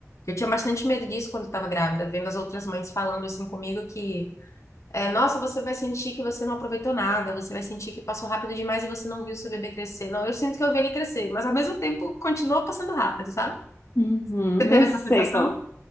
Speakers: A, on the left; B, on the left.
A: Eu tinha bastante medo disso quando eu estava grávida, vendo as outras mães falando assim comigo que é, nossa, você vai sentir que você não aproveitou nada, você vai sentir que passou rápido demais e você não viu seu bebê crescer. Não, eu sinto que eu vi ele crescer, mas ao mesmo tempo continuou passando rápido, sabe?
B: uhum.
A: Você teve
B: Eu
A: essa
B: sei
A: sensação?
B: qual